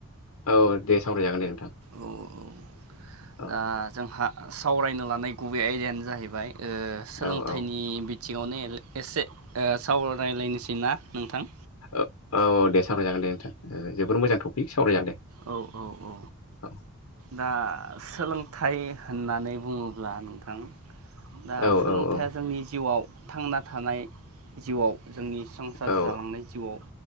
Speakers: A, on the left; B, on the right.
A: औ दे सावरायजागोन दे नोंथां
B: औ औ
A: औ
B: दा जोंहा सावरायनो लानाय गुबै आयदायानो जाहैबाय ओ सोलोंथाइनि
A: औ औ
B: बि थिंङावनो एल एसे ओ सावरायलायनोसै ना नोंथां?
A: औ औ दे सावरायजागोन दे नोंथां जोबोद मोजां टपिक सावरायजागोन दे
B: औ औ औ
A: औ
B: दा सोलोंथाइ होननानै बुंङोब्ला <unintelligible> दा
A: औ
B: सोलोंथाइया
A: औ औ
B: जोंनि जिउआव थांना थानाय जिउआव जोंनि संसार
A: औ
B: जालांनाय जिउआव